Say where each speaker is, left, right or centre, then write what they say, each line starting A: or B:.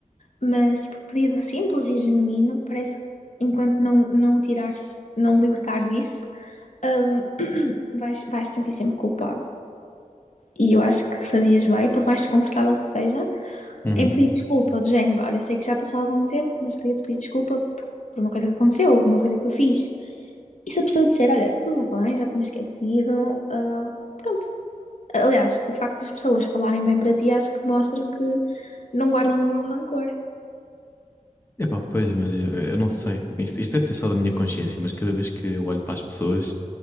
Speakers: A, on the left (about 60°); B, on the left (about 15°).
A: Mas, tipo, pedido simples e genuíno, parece que enquanto não, não tirares, não libertares isso, hum, <coughs> vais, vais te sentir sempre culpado. E eu acho que fazias bem, por mais desconfortável que seja,
B: uhum.
A: em pedir desculpa do género. Olha, sei que já passou algum tempo, mas queria te pedir desculpa por, por uma coisa que aconteceu, uma coisa que eu fiz. E se a pessoa disser, olha, tudo bem, já tinha esquecido, hum, pronto. Aliás, o facto das pessoas falarem bem para ti acho que mostra que não guardam nenhum rancor
B: Epá, pois, mas eu, eu não sei. Isto, isto deve ser só da minha consciência, mas cada vez que eu olho para as pessoas,